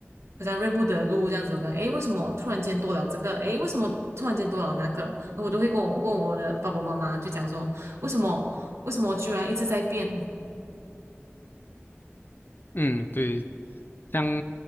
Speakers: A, on the right; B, on the left.
A: 好像认不得路这样子。我讲，诶，为什么突然间多了这个？诶，为什么突然间多了那个？我都会跟我问我的爸爸妈妈，就讲说，为什么为什么我居然一直在变，
B: 嗯，对，像